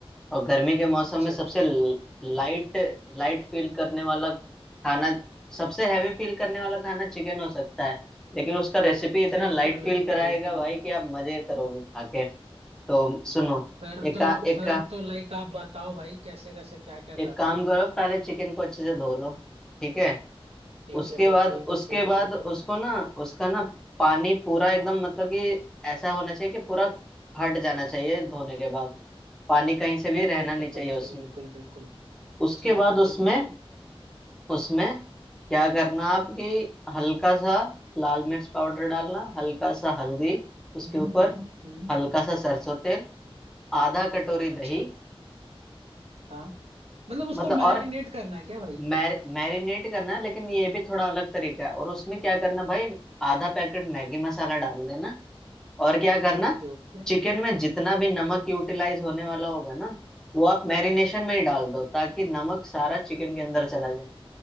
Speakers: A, in the centre; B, on the right.
A: और गर्मी के मौसम
B: अच्छा
A: में सबसे
B: अच्छा
A: लाइट लाइट फील करने वाला खाना सबसे हैवी फील करने वाला खाना चिकन हो सकता है लेकिन उसका रेसिपी इतना
B: बिल्कुल
A: लाइट
B: बिल्कुल
A: फील कराएगा
B: भाई हाँ
A: भाई कि आप मजे करोगे खा के तो सुनो
B: फिर
A: एक
B: तो फिर
A: एक
B: तो लाइक आप बताओ भाई कैसे कैसे क्या क्या करना
A: एक काम
B: है
A: करो पहले चिकन को अच्छे से धो लो ठीक है
B: ठीक
A: उसके
B: है भाई
A: बाद
B: ठीक है
A: उसके
B: ठीक है
A: बाद
B: बिल्कुल
A: उसको ना उसका ना पानी पूरा एकदम मतलब कि ऐसा होना चाहिए कि पूरा हट जाना चाहिए धोने के बाद पानी कहीं से भी रहना
B: ठीक
A: नहीं
B: है
A: चाहिए
B: भाई ठीक
A: उसमें
B: बिल्कुल बिल्कुल
A: उसके
B: ठीक
A: बाद
B: है
A: उसमें
B: भाई बिल्कुल
A: उसमें क्या करना आप कि हल्का सा लाल मिर्च पाउडर डालना हल्का सा हल्दी उसके
B: हम्म
A: ऊपर
B: हम्म हम्म
A: हल्का सा सरसों तेल आधा कटोरी
B: अच्छा
A: दही
B: हाँ मतलब उसको
A: मतलब
B: मैरिनेट
A: और
B: करना है क्या भाई
A: मैर, मैरिनेट करना है, लेकिन ये भी थोड़ा अलग तरीका है और उसमें क्या करना भाई आधा पैकेट मैगी मसाला डाल देना और क्या करना
B: Okay okay
A: चिकन में जितना भी नमक यूटिलाइज होने वाला होगा ना वो आप मैरिनेशन में ही डाल दो ताकि नमक सारा चिकन के अंदर चला जाए